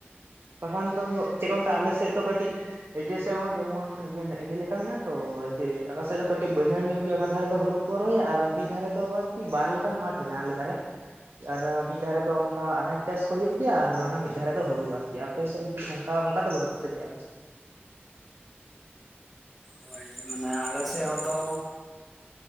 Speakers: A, on the right; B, in the centre.
A: ᱵᱟᱠᱷᱟᱱ ᱫᱚ ᱪᱮᱫ ᱠᱚ ᱢᱮᱛᱟᱜᱼᱟ ᱟᱞᱮ ᱥᱮᱫ ᱫᱚ ᱠᱟᱹᱴᱤᱡ ᱮᱡᱮ ᱥᱮᱮᱜ ᱦᱚᱸ ᱡᱮᱢᱚᱱ ᱮᱮ ᱡᱮ ᱞᱮᱠᱟ ᱢᱮᱱᱟᱜᱼᱟ ᱛᱚ ᱮᱮ ᱟᱠᱟᱠᱟᱥᱮᱫ ᱫᱚ ᱠᱟᱹᱴᱤᱡ ᱵᱟᱹᱭᱦᱟᱹᱲ ᱧᱚᱜ ᱜᱮᱭᱟ ᱚᱱᱟ ᱫᱷᱟᱨᱮ ᱫᱚ ᱦᱩᱲᱩ ᱠᱚ ᱨᱚᱦᱚᱭᱟ ᱟᱨ ᱢᱤᱫ ᱫᱷᱟᱨᱮ ᱫᱚ ᱟᱨᱠᱤ ᱵᱟᱨ ᱞᱮᱠᱟᱱ ᱢᱟᱴᱷ ᱢᱮᱱᱟᱜᱼᱟ ᱟᱞᱮ ᱫᱷᱟᱨᱮ ᱾ ᱟᱨ ᱢᱤᱫ ᱫᱷᱟᱨᱮ ᱫᱚ ᱚᱱᱠᱟ ᱟᱱᱟᱪ ᱪᱟᱥ ᱠᱚ ᱦᱩᱭᱩᱜ ᱜᱮᱭᱟ, ᱟᱨ ᱚᱱᱟ ᱢᱤᱫ ᱫᱷᱟᱨᱮ ᱫᱚ ᱦᱩᱲᱩ ᱟᱨᱠᱤ ᱟᱯᱮᱥᱮᱫ ᱚᱱᱠᱟ ᱚᱱᱠᱟ ᱫᱚ ᱵᱟᱹᱱᱩᱜ ᱟᱥᱮ ᱪᱮᱫ ᱟᱯᱮᱥ?
B: ᱦᱳᱭ ᱢᱟᱱᱮ ᱟᱞᱮ ᱥᱮᱜ ᱦᱚᱸ ᱫᱚ